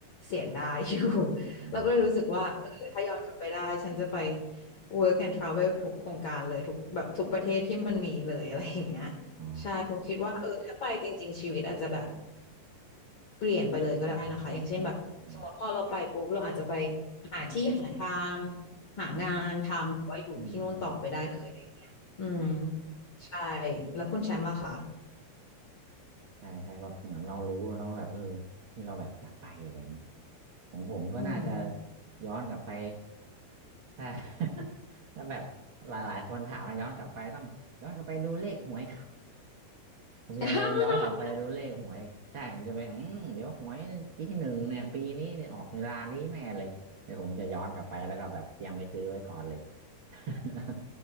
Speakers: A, on the left (about 45°); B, on the right (about 80°).
A: เสียดายอยู่ <laughs>
B: อ๋อ
A: เราก็เลยรู้สึกว่าเออถ้าย้อนกลับไปได้ฉันจะไป work and travel ทุกโครงการเลยทุกแบบทุกประเทศที่มันมีเลยอะไรอย่างเงี้ย
B: อ๋อ
A: ใช่ผมคิดว่าเออถ้าไปจริงๆชีวิตอาจจะแบบเปลี่ยนไปเลยก็ได้นะคะอย่างเช่นแบบสมมติพอเราไปปุ๊บเราอาจจะไป
B: อืมอืมอืมอืม
A: หาที่หาทางหางานทำหรือว่าอยู่ที่นู่นต่อไปได้เลยอะไรอย่างเงี้ยอืม
B: อืมอืมอืม
A: ใช่แล้วคุณแชมป์ล่ะคะ
B: ใช่ใช่แบบเหมือนเรารู้เนอะว่าแบบเออที่เราแบบอยากไปอะไรอย่างนี้ของผมก็น่าจะ
A: อืม
B: ย้อนกลับไปถ้า <laughs> ถ้าแบบหลายๆคนถามนะย้อนกลับไปต้องย้อนกลับไปดูเลขหวย ผมจะไปย้อนกลับไปดูเลขหวยใช่ผมจะไปอืมเดี๋ยวหวยที่หนึ่งเนี่ยปีนี้เนี่ยออกเวลานี้แน่เลยเดี๋ยวผมจะย้อนกลับไปแล้วก็แบบเตรียมไปซื้อไว้ก่อนเลย
A: <laughs>
B: <laughs>